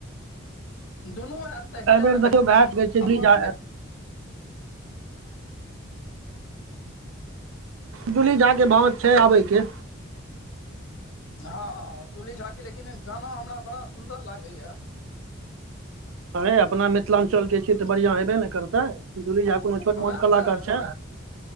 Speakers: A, on the left; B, on the right.
A: दुनू आयत तऽ हिला
B: एहिबेर देखियौ
A: देत
B: भए सकै छै जूली
A: अपन
B: झा
A: से
B: जुली झा के भावत छै आबैके
A: हँ जली झा के लेकिन गाना हमरा बड़ा सुन्दर लागे या
B: अरे अपना मिथिलाञ्चल के तऽ बढ़िया हेबे ने करतै जुली झा कोनो छोट
A: वएह
B: मोट कलाकार
A: तऽ
B: छै